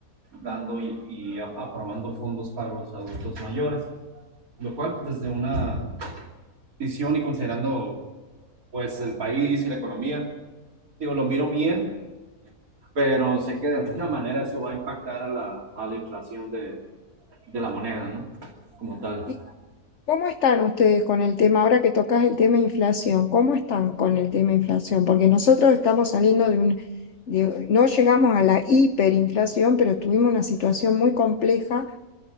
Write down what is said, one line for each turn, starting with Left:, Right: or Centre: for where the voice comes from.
Right: dando y, y aprobando fondos para los adultos mayores, lo cual pues, desde una visión y considerando pues el país y la economía, digo, lo miro bien, pero sé que de alguna manera eso va a impactar a la, a la inflación de, de la moneda, ¿no? Como tal.
Left: Y ¿Cómo están ustedes con el tema, ahora que tocas el tema inflación? ¿Cómo están con el tema inflación? Porque nosotros estamos saliendo de un, de- no llegamos a la hiperinflación, pero tuvimos una situación muy compleja.